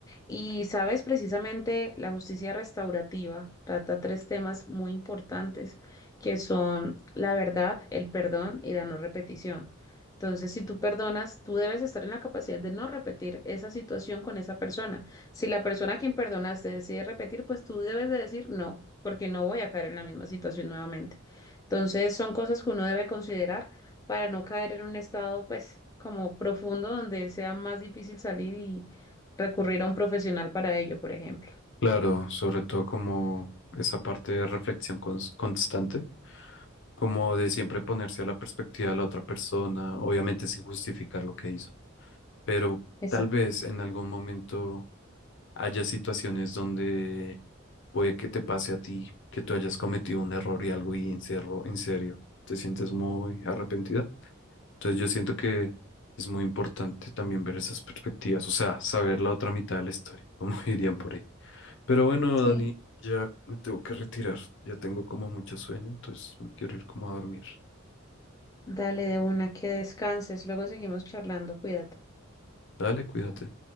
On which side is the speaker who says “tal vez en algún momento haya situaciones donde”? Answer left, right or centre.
Left